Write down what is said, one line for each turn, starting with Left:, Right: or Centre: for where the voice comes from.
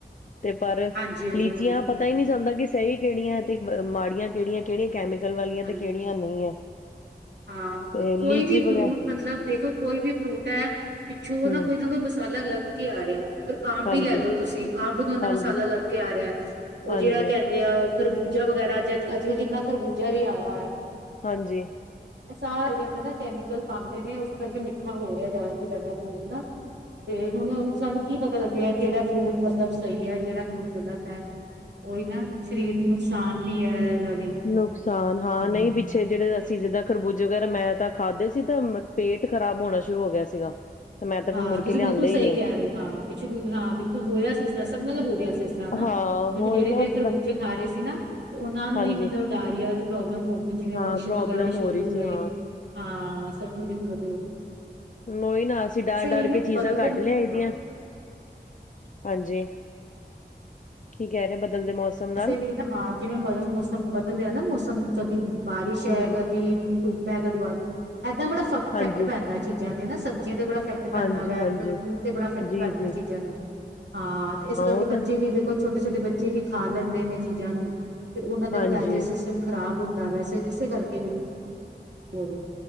Left: ਤੇ ਪਰ,
Right: ਹਾਂਜੀ-ਹਾਂਜੀ
Left: ਲੀਚੀਆਂ
Right: ਹੁਣ
Left: ਪਤਾ ਹੀ ਨਹੀਂ ਚਲਦਾ ਸਹੀ ਕਿਹੜੀਆਂ ਤੇ ਮਾੜੀਆਂ ਕਿਹੜੀਆਂ-ਕਿਹੜੀਆਂ ਕੈਮੀ ਕਲ ਵਾਲੀਆਂ
Right: ਹਾਂਜੀ।
Left: ਤੇ ਕਿਹੜੀਆਂ ਨਹੀਂ ਹੈ।
Right: ਹਾਂ
Left: ਤੇ
Right: ਕੋਈ
Left: ਲੀਚੀ
Right: ਵੀ ਫਰੂਟ
Left: ਵਗੈਰਾ
Right: ਮਤਲਬ ਮਤਲਬ ਦੇਖੋ ਕੋਈ ਵੀ ਫਰੂਟ ਹੈ ਪਿੱਛੋਂ
Left: ਹਮ
Right: ਨਾ ਕੋਈ ਨਾ ਕੋਈ ਮਸਾਲਾ ਲੱਗ ਕੇ ਆ ਰਿਹਾ, ਅਗਰ ਅੰਬ
Left: ਹਾਂਜੀ
Right: ਹੀ ਲੈ ਲੋ ਤੁਸੀਂ ਅੰਬ ਨੂੰ ਇਨਾ
Left: ਹਾਂਜੀ
Right: ਮਸਾਲਾ ਲੱਗ ਕੇ ਆ ਰਿਹਾ। ਉਹ
Left: ਹਾਂਜੀ
Right: ਜਿਹੜਾ ਕਹਿੰਦੇ ਆ ਖਰਬੂਜਾ ਵਗੈਰਾ ਅੱਜ ਅੱਜਕੱਲ ਜਿੰਨਾ ਖਰਬੂਜਾ ਵੀ ਆਇਆ ਹੋਇਆ।
Left: ਹਾਂਜੀ
Right: ਉਹ ਸਾਰੇ ਨਾ ਕੈਮੀਕਲ ਪਾਉਂਦੇ ਨੇ ਉਸ ਕਰਕੇ ਮਿੱਠਾ ਹੋ ਰਿਹਾ ਜ਼ਿਆਦਾ ਤੋਂ ਜ਼ਿਆਦਾ ਫਰੂਟ ਨਾ। ਤੇ ਹੁਣ ਸਾਨੂੰ ਕੀ ਪਤਾ ਲੱਗਿਆ ਕਿਹੜਾ ਫਰੂਟ ਮਤਲਬ ਸਹੀ ਹੈ ਜਿਹੜਾ ਫਰੂਟ ਗਲਤ ਹੈ। ਉਹੀ ਨਾ ਸਰੀਰ ਨੂੰ ਨੁਕਸਾਨ ਕਦੀ ਹੈ ਇਹਦਾ ਵੀ
Left: ਨੁਕਸਾਨ ਹਾਂ
Right: ਹਮ
Left: ਨਹੀਂ ਪਿੱਛੇ ਜਿਹੜੇ ਸੀ ਜਿੱਦਾਂ ਖਰਬੂਜੇ ਵਗੈਰਾ ਮੈਂ ਤਾਂ ਖਾਧੇ ਸੀ ਤਾਂ ਪੇਟ ਖ਼ਰਾਬ ਹੋਣਾ ਸ਼ੁਰੂ ਹੋ ਗਿਆ ਸੀਗਾ ਤੇ ਮੈਂ ਤਾਂ ਫਿਰ
Right: ਹਾਂ
Left: ਮੁੜ
Right: ਤੁਸੀਂ
Left: ਕੇ ਲਿਆਂਦੇ
Right: ਬਿਲਕੁਲ ਸਹੀ
Left: ਹੀ ਨਹੀਂ
Right: ਕਹਿ ਰਹੇ ਹੋ ਹਾਂ ਪਿੱਛੇ ਹਾਂ ਬਿਲਕੁਲ ਹੋੋਹਾਆ ਸੀ ਇਸ ਤਰ ਸਭ ਨਾਲ ਦਾ ਬੋ ਰਿਹਾ ਸੀ ਇਸ ਮਤਲਬ
Left: ਹਾਂ ਹੋਈ
Right: ਕਿ ਜਿਹੜੇ
Left: ਨਾ
Right: ਤੇ
Left: ਅਸੀਂ
Right: ਖਰਬੂਚੇ
Left: ਤਾਂ
Right: ਖਾ ਰਹੇ ਸੀ ਨਾ ਉਹਨਾ ਨੂੰ
Left: ਹਾਂਜੀ
Right: ਹੀ ਮਤਲਬ ਡਾਇਰੀਆ ਦੀ ਪ੍ਰੋਬਲਮ ਹੋ ਗਈ ਜਿਵੇਂ
Left: ਹਾਂ
Right: ਮੋਸ਼ਨ
Left: ਪ੍ਰੋਬਲਮ
Right: ਵਗੈਰਾ ਸ਼ੁਰੂ
Left: ਰਹੀ
Right: ਹੋ
Left: ਸੀ
Right: ਗਏ
Left: ਹਾਂ
Right: ਹਾਂ ਸਭ ਕਰ
Left: ਉਹੀ ਨਾ ਅਸੀਂ ਡਰ ਡਰ
Right: ਵੀ ਨਾ
Left: ਕੇ ਚੀਜ਼ਾਂ
Right: ਬਦਲਦੇ
Left: ਕੱਟ
Right: ਮ-
Left: ਲਿਆ ਇਹ
Right: ਹਾਂ
Left: ਦੀਆਂ ਹਾਂਜੀ ਕੀ ਕਹਿ ਰਹੇ ਬਦਲਦੇ ਮੌਸਮ
Right: ਵਸੇ
Left: ਨਾਲ
Right: ਵੀ ਹਾਂ ਜਿਵੇਂ ਬਦ ਮੌਸਮ ਬਦਲਦੇ ਆ ਨਾ ਮੌਸਮ ਹ ਬਾਰਿਸ਼ ਹੈ
Left: ਹਾਂਜੀ
Right: ਕਦੀ ਧੂਪ ਹੈ ਕਦੀ ਵਾਰ ਇਏਦਾਂ ਬੜਾ ਇਫੈਕਟ
Left: ਹਾਂਜੀ
Right: ਪੈਂਦਾ ਚੀਜ਼ਾਂ ਤੇ ਨਾ ਸਬਜ਼ੀਆਂ ਤੇ ਬੜਾ ਇਫੈਕਟ ਪੈਂਦਾ
Left: ਹਾਂਜੀ
Right: ਵਾ
Left: ਹਾਂਜੀ
Right: ਫ ਫਰੂਟ ਤੇ ਬੜਾ ਇਫੈਕਟ
Left: ਜੀ
Right: ਪੈਂਦਾ
Left: ਜੀ
Right: ਚੀਜ਼ਾਂ ਨੂੰ ਹਾਂ ਇਸ ਕਰਕੇ
Left: ਉਹ ਤਾਂ
Right: ਬੱਚੇ ਵੀ ਦੇਖੋ ਛਟੇ ੋਟੇੱਚੇ ਵੀ ਖਾ ਲੈਂਦੇ ਨੇ ਚੀਜ਼ਾਂ ਨੂੰ ਫਿਰ ਉਹਨਾ ਦਾ
Left: ਹਾਂਜੀ
Right: ਵੀ ਡਾਇਜੈਸਟ ਸਿਸਟਮ ਖਰਾਬ ਹੁੰਦਾ ਵੈਸੇ ਇਸੇ ਕਰਕੇ ਹੋ ਰਿ